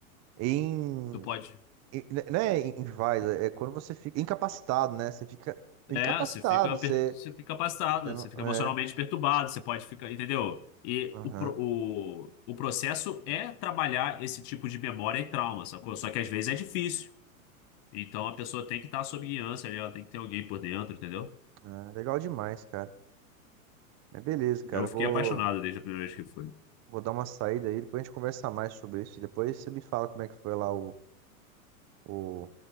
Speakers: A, on the right; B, on the left.
A: Em,
B: Tu pode.
A: em- não é em- inválido, é quando você fica incapacitado, né? Você fica incapacitado,
B: É, você fica,
A: você,
B: per- você fica passado,
A: você não,
B: você fica emocionalmente
A: é,
B: perturbado, você pode ficar, entendeu? E
A: aham,
B: o, pro- o, o processo é trabalhar esse tipo de memória e trauma, sacou? Só que às vezes é difícil. Então a pessoa tem que estar sob guiança ali, ela tem que ter alguém por dentro, entendeu?
A: ah, legal demais, cara. É beleza, cara,
B: Eu fiquei
A: vou,
B: apaixonado desde a primeira vez que fui.
A: vou dar uma saída aí, depois a gente conversa mais sobre isso e depois você me fala como é que foi lá o, o,